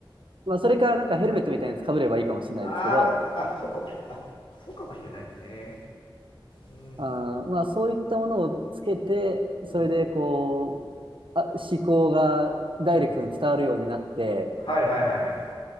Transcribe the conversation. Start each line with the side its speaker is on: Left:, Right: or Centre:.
Right: まあ、それか、なんかヘルメットみたいなやつかぶればいいかもしれないですけど、
Left: あーあ、そうかもしれない。そうかもしれないですね。うん。
Right: あー、まあ、そういったものをつけて、
Left: うん。
Right: それでこう、あ、思考がダイレクトに伝わるようになって、
Left: うん。はいはいはいはい。